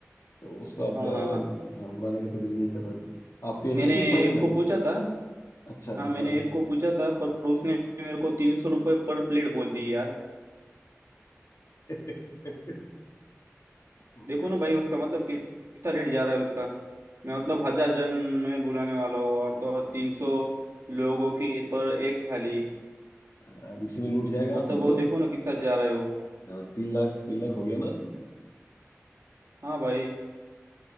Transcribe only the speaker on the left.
तो उसको अब
अ, हाँ बुलाने का तो दिल नहीं कर रहा है आपके
है कुछ माइंड
में
अच्छा
हाँ हाँ
<laughs> ओ
भाई
साहब
हाँ, इसी में लूट जाएगा
आदमी
तो
हाँ तीन लाख तीन लाख हो गया ना